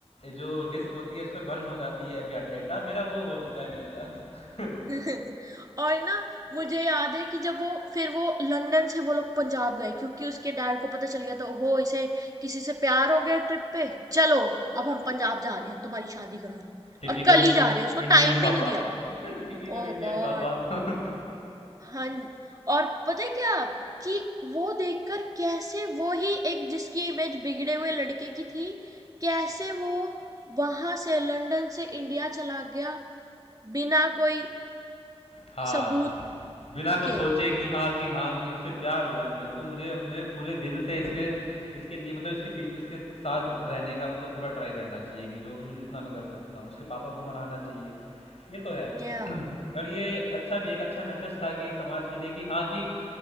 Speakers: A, on the left; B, on the right.
A: जो डिस्क होती है उस पर बर्न हो जाती है डा- डेटा मेरा वो हो चुका है मेरे साथ <laughs>
B: <laughs> और ना मुझे याद है कि जब वो फिर वो लंदन से वो लोग पंजाब गए क्योंकि उसके डैड को पता चल गया था ओहो इसे किसी से प्यार हो गया ट्रिप पे चलो अब हम पंजाब जा रहे हैं तुम्हारी शादी कराने
A: टिपिकल
B: और कल ही जा रहे हैं उसको
A: इंडियन
B: टाइम भी
A: पापा
B: नहीं दिया
A: <laughs> टिपिकल
B: ओह
A: इंडियन
B: गॉड
A: पापा <laughs>
B: हाँ और पता है क्या कि वो देखकर कैसे वो ही एक जिसकी इमेज बिगड़े हुए लड़के की थी कैसे वो वहां से लंदन से इंडिया चला गया बिना कोई
A: हाँ
B: सबूत
A: बिना कुछ
B: के
A: सोचे कि हाँ कि हाँ कि इससे प्यार हुआ है मुझे तो मुझे अपने पूरे दिल से इसके इसके लिए मतलब इसके पीछे इसके साथ रहने का मतलब पूरा ट्राई करना चाहिए कि जो भी मैं जितना मैं कर सकता हूँ उसके पापा को मनाना चाहिए ये तो है
B: या
A: <clears throat> और ये अच्छा भी एक अच्छा मैसेज था कि समाज के लिए कि हाँ कि